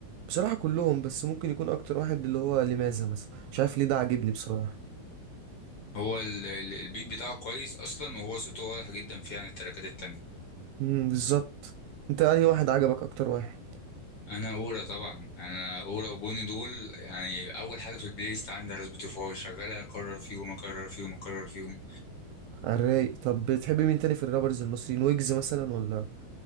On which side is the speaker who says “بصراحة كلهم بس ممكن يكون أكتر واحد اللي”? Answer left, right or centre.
Right